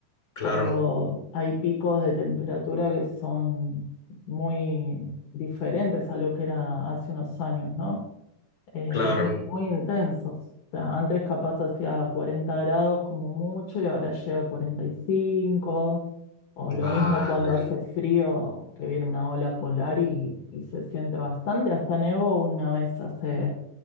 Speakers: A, on the left; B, on the left.
A: Claro,
B: cuando hay picos de temperatura que son muy diferentes a lo que era hace unos años, ¿no? Eh,
A: claro.
B: muy, muy intensos. O sea, antes capaz hacía 40 grados como mucho y ahora llega a 45, o lo
A: Vale.
B: mismo cuando hace frío, que viene una ola polar y, y se siente bastante. Hasta nevó una vez hace,